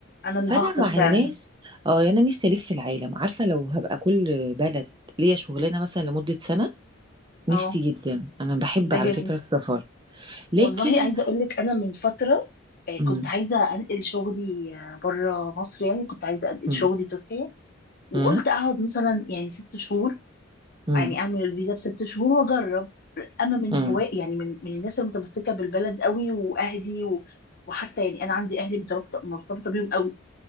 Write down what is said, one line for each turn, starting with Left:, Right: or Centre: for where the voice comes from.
Left: انا اللي
Right: فانا
Left: هخسر
Right: مع
Left: فعلا
Right: الناس اه يعني أنا نفسي الف في العالم عارفه لو هبقى كل بلد ليا شغلانه مثلا لمده سنه نفسي
Left: اه
Right: جدا انا بحب
Left: ده
Right: على
Left: جميل
Right: فكره السفر لكن
Left: والله عايزه اقول لك انا من فتره آه، كنت
Right: مم.
Left: عايزه انقل شغلي آه، بره مصر يعني كنت عايزه انقل
Right: مم.
Left: شغلي تركيا وقلت
Right: مم.
Left: اقعد مثلا يعني ست شهور
Right: مم.
Left: يعني اعمل الفيزا بست شهور واجرب اما من
Right: مم.
Left: هواء يعني من من الناس المتمسكه بالبلد قوي واهلي و... وحتى يعني انا عندي اهلي مرتبطه مرتبطه بيهم قوي